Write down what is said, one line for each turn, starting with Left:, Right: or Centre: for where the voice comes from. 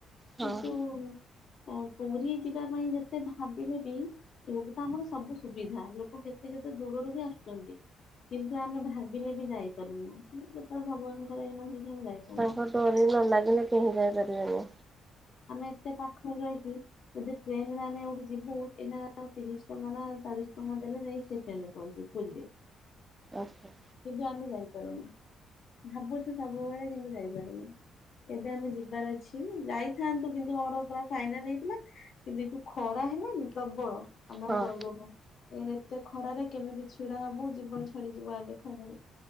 Right: ହଁ
Left: କିନ୍ତୁ-ଉ ଆଁ ପୁରୀ ଯିବା ପାଇଁ ଯେତେ ଭାବିଲେ ବି ଏଇଠୁ ତ ଆମର ସବୁ ସୁବିଧା! ଲୋକ କେତେ କେତେ ଦୂରରୁ ହିଁ ଆସୁ ଚନ୍ତି। କିନ୍ତୁ ଆମେ ଭାବିଲେ ବି ଯାଇପାରୁନୁ। ଯେତେବେଳେ ଭଗବାନଙ୍କ କାଳ ଏଇନା ହେଇ ଯାଅ, ମୁଁ ଯାଇପାରୁନି।
Right: ତାଙ୍କ ଡୋରି ନ ଲାଗିଲେ, କେହିଁ ଯାଇପାରିବେନି?
Left: ଆମେ ଏତେ ପାଖରେ ରହିିକି ଯଦି ଟ୍ରେନ୍ ରେ ଆମେ ଏଇଠୁ ଯିବୁ। ଏଇନା ତିରିଶ ଟଙ୍କା ନା ଚାଳିଶ ଟଙ୍କା ଦେଲେ ଯାଇ ଷ୍ଟେସନ ରେ ପହଞ୍ଚିବୁ। ପୁରୀ ରେ।
Right: ଆ ହ।
Left: କିନ୍ତୁ ଆମେ ଯାଇ ପାରୁନୁ। ଭାବୁଛୁ ସବୁବେଳେ, କିନ୍ତୁ ଯାଇପାରୁନି। ଏବେ ଆମେ ଯିବାର ଅଛି, ଯାଇଥି ଥାନ୍ତୁ। କିନ୍ତୁ ଆମର ପୁରା ଫାଇନାଲ୍ ହେଇଥିଲା। କିନ୍ତୁ ଏଯଉ ଖରା ହେଲାନି ପ୍ରବଳ ଆମେ
Right: ହଁ
Left: ଆଉ ଗଲୁନୁ। କାଇଁ ନା ଏତେ ଖରାରେ କେମିତି ଛିଡା ହବୁ? ଜୀବନ ଛାଡିଯିବ, ଆଗେ ଖରାରେ।